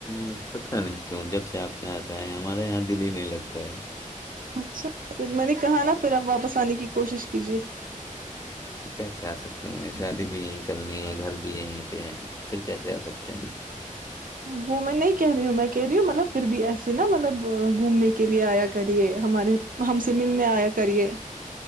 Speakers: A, on the left (about 25°); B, on the right (about 85°).
A: ہ پتہ نہیں کیوں جب سے آپ یہاں سے آئے ہمارے یہاں دل ہی نہیں لگتا ہے
B: اچھا پھر میں نے کہا نا پھر آپ واپس آنے کی کوشش کیجیے
A: کیسے آ سکتے ہیں شادی بھی یہیں کرنی ہے گھر بھی یہیں پہ ہے پھر کیسے آ سکتے ہیں
B: وہ میں نہیں کہہ رہی ہوں میں کہہ رہی ہ مطلب پھر بھی ایسے نا مطلب گھومنے کے لیے آیا کریے ہمارے ہم سے ملنے آیا کریے